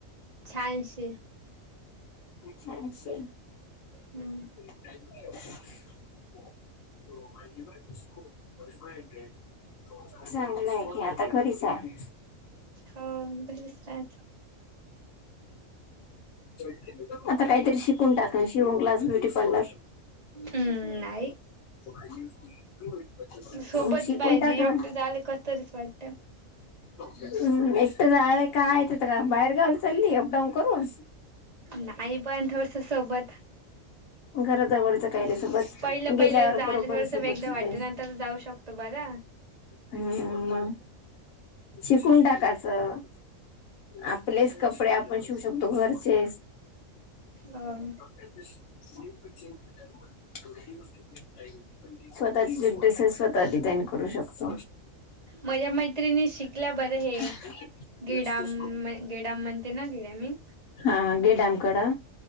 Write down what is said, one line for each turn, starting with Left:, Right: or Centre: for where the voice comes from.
Right: छहाऐंशी.
Left: छहाऐंशी.
Right: हम्म.
Left: <unintelligible> चांगलं हाय कि आता घरीच आहे.
Right: हो घरीच राहत
Left: <inaudible> आता काहीतरी शिकून टाकण शिवण क्लास, ब्युटी पार्लर.
Right: हम्म नाही
Left: <unintelligible>
Right: सोबत
Left: मग शिकून
Right: पाहिजे
Left: टाक
Right: एकटे
Left: ना.
Right: झाले कस तरीच वाटत
Left: हम्म एक तर राहाल काय ते का बाहेर गावी चालली अपडाऊन करून?
Right: नाही पण थोडस सोबत.
Left: घराजवळचं कायल्यासोबत.
Right: पहिलं
Left: गेल्यावर
Right: पहिलं झाले
Left: बरोबर
Right: थोडस
Left: समजतं
Right: वेगळं वाटते नंतर जाऊ शकतो बरा
Left: हम् मग शिकून टाकाचं आपलेच कापडे आपण शिवू शकतो घरचेच.
Right: अहं
Left: <unintelligible> स्वतःची ड्रेसेस स्वतः डिझाईन करू शकतो.
Right: माझ्या मैत्रिणी शिकल्या बरं हे
Left: <unintelligible>
Right: गेडाम गेडाम म्हणते ना गेडामीन
Left: हा गे डॅमकडं.